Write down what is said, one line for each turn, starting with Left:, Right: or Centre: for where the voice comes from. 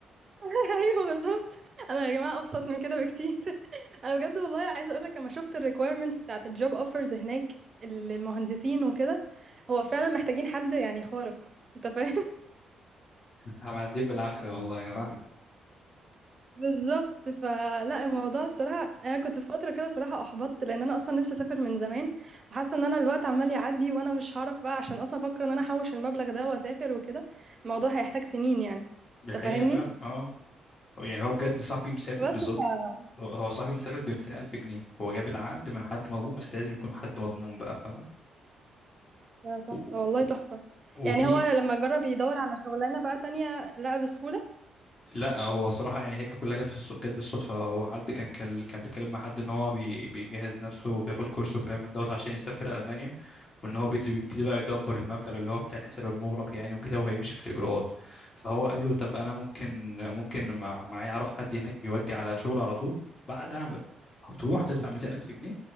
Right: <laughs> ايوه بالظبط انا يا جماعه ابسط من كده بكتير <laughs> انا بجد والله عايزه اقول لك لما شفت الريكويرمنتس بتاعت الجوب اوفرز هناك للمهندسين وكده هو فعلا محتاجين حد يعني خارق انت فاهم
Left: <laughs> احنا معديين بالعافيه والله يا جماعه
Right: بالظبط فلا الموضوع الصراحه انا كنت في فتره كده صراحه احبطت لان انا اصلا نفسي اسافر من زمان وحاسه ان انا الوقت عمال يعدي وانا مش هعرف بقى عشان اصلا افكر ان انا احوش المبلغ ده واسافر وكده الموضوع هيحتاج سنين يعني
Left: دي
Right: انت
Left: حقيقه
Right: فاهمني
Left: فعلا اه هو- يعني هو بجد صاحبي مسافر
Right: بس
Left: بالظبط
Right: ف-
Left: هو هو صاحبي مسافر ب 200 الف جنيه هو جاب العقد من حد مضمون بس لازم يكون حد مضمون بقى فاهمه
Right: ده تحفه
Left: و-
Right: والله
Left: و-
Right: تحفه
Left: وفي
Right: يعني هو لما جرب يدور على شغلانه بقى تانية لقى بسهوله
Left: لا هو صراحه يعني هي كانت كلها جت في الص- جت بالصدفه هو حد كان كان كان بيتكلم مع حد ان هو بي... بيجهز نفسه وبياخد كورس وكلام من دوت عشان يسافر المانيا وان هو بيد- بيبتدي بقى يدبر المبلغ اللي هو بتاع الحساب المغلق يعني وكده وهيمشي في الاجراءات فهو قال له طب انا ممكن ممكن مع- معايا اعرف حد هناك بيودي على شغل على طول بعد عمل هتروح هتدفع 200000 جنيه